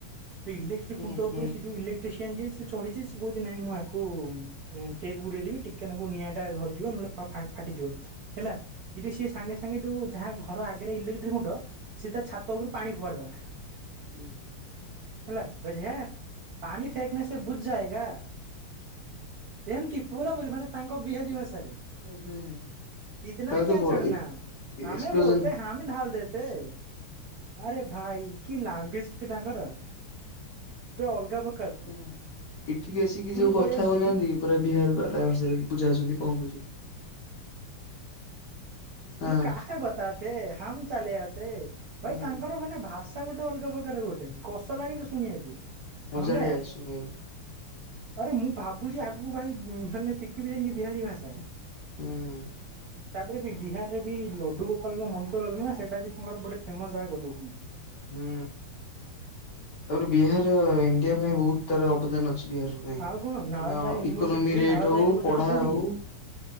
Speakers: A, on the right; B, on the left.
A: ତ ଇଲେକ୍ଟ୍ରିକ
B: ହୁଁ
A: ଖୁଣ୍ଟ ଉପରେ
B: ହୁଁ
A: ସେ ଯଉ ଇଲେକ୍ଟ୍ରସିଆନ୍ ଯ ସେ ଚଢିଛି ସେହୁ ନାଇଁ ମୁଁ ଆକୁ ଟେପ୍ ଗୁରେଇ ଦେବି ଟିକେ ନାକୁ ନିଆଁ ଟା ଧରିଯିବ ନହେଲେ ଫାଟିଯିବ। ହେଲା ଏଇଟି ସିଏ ସାଙ୍ଗେ ସାଙ୍ଗେ ଯୋଉ ଯାହା ଘର ଆଗରେ ଇଲେକ ତ୍ରୀକୁଣ୍ଡ ସିଏ ତା ଛାତ ଉପରୁ ପାଣି ଫୋପାଡି ଦେଲା।
B: ଏଇ
A: ହେଲା <unintelligible> ପାଣିି ଫେକ୍ ନେ ସେ ବୁଝ ଯାଏଗା। ଏମତି ପୁରାପୁରି ମାନେ ତାଙ୍କ ବିହାରୀ ଭାଷା ଆରେ
B: ହୁଁ।
A: ଇତନା
B: ତାପରେ ତ
A: କ୍ୟା
B: ବ
A: ଚଢ଼ନା
B: ଏକ୍ସପ୍ଲୋଜନ।
A: ହମେ ବୋଲତେ ହମ ଢାଲ ଦେତେ ଥେ ଆରେ ଭାଇ କି ଲାଙ୍ଗ ଏଜ କିରେ ଡାଙ୍ଗର ତ ଅଲଗା ପ
B: ଏଁ ଏଠି ବି ଆସିକି ଯୋଉ କଥା
A: ପଳେଇ ଆସିଛି
B: ହଉନାହାନ୍ତି ପୁରା ବିହାର ବାଲାଙ୍କ ସହିତ ବୁଝା ହାଉଛନ୍ତି କଣ କହୁଛନ୍ତି ହଁ
A: ତୁ କାହା ବତାଟେ ହମ ଚାଲେ ଆତେ
B: ହୁଁ
A: ଭାଇ ତାଙ୍କର ମାନେ ଭାଷ ତା ଗୋଟେ ଅଲଗା ପ୍ରକାର ଗୋଟେ କଷ ଲାଗେ ତ ଶୁଣିବାକୁ
B: ମଜାଳିଆସୁଣ
A: ହଁ ବା ଆରେ ମୁଁ ଭାବୁଛି ଆଗକୁ ଭାଇ ମାନେ ଶିଖିବି ଯାଇକି ବିହାରୀ ଭାଷା
B: ହୁଁ
A: ତାପରେ ବି ବିହାରରେ ବି ଲଡୁ ଗୋପାଳଙ୍କ ମନ୍ତର ହଲ ନା ସେଇଟା ବି ତାଙ୍କର ଗୋଟେ ଫେମସ୍ ଜାଗା କରି ଦଉଛନ୍ତି
B: ହୁଁ ତାପରେ ବିହାର ଇଣ୍ଡିଆ ପାଇଁ ବହୁତ ତାର ଅବଦାନ ଅଛି ବିହାର ପାଇଁ
A: ଆଉ କଣ Nalanda
B: ମାନେ
A: university
B: economy rate
A: Nalanda
B: ହଉ
A: ୟୁନିଭର୍ସିଟି
B: ପଢା
A: କୋଉଠି
B: ହଉ
A: କି